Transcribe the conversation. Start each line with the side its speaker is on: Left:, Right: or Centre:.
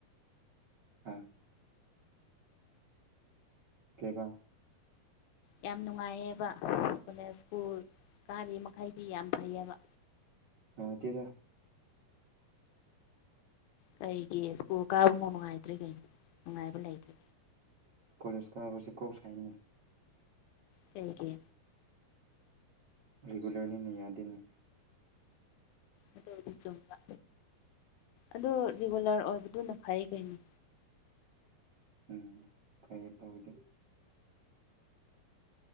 Right: ꯍꯥ ꯑꯣ ꯀꯦꯕꯥ
Left: ꯌꯥꯝ ꯅꯨꯡꯉꯥꯏꯌꯦꯕ ꯀꯣꯂꯦꯖ ꯁ꯭ꯀꯨꯜ ꯀꯥꯔꯤ ꯃꯈꯩꯗꯤ ꯌꯥꯝ ꯐꯩꯑꯕ
Right: ꯑꯠꯇꯦꯗ
Left: ꯀꯩꯒꯤ ꯁ꯭ꯀꯨꯜ ꯀꯥꯕꯃꯥꯎ ꯅꯨꯡꯉꯥꯏꯇ꯭ꯔꯤ ꯀꯩꯅꯣ ꯅꯨꯡꯉꯥꯏꯕ ꯂꯩꯇ꯭ꯒꯦ
Right: ꯀꯣꯂꯦꯖ ꯀꯥꯕꯁꯦ ꯀꯣꯛ ꯁ ꯍꯥꯏꯅꯤ
Left: ꯊꯦꯡꯒꯤ
Right: ꯔꯤꯒꯨꯂꯔꯅꯤꯅꯤ ꯌꯥꯗꯦꯅꯤ
Left: ꯑꯗ ꯍꯧꯗꯤ ꯆꯨꯝꯕ ꯑꯗꯨ ꯔꯤꯒꯨꯂꯔ ꯑꯣꯏꯕꯗꯨꯅ ꯐꯩ ꯀꯩꯅꯣ
Right: ꯎꯝ ꯐꯌꯦꯦ ꯐꯗꯤ